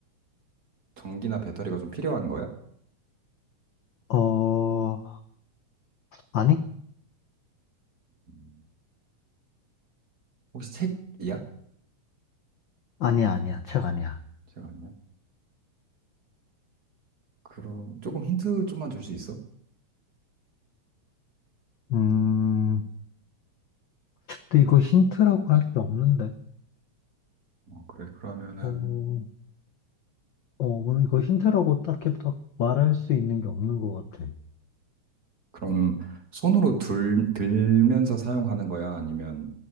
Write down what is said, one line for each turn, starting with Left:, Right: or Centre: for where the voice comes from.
Right: 전기나 배터리가 좀 필요한 거야?
Left: 어, 아니?
Right: 음, 혹시 책이야?
Left: 아니야, 아니야. 책 아니야.
Right: 책 아니야? 그럼 조금 힌트 좀만 줄 수 있어?
Left: 음, 근데 이거 힌트라고 할 게 없는데.
Right: 어, 그래. 그러면은
Left: 어, 어, 오늘 이거 힌트라고 딱히 딱 말할 수 있는 게 없는 것 같아.
Right: 그럼 손으로 들, 들면서 사용하는 거야? 아니면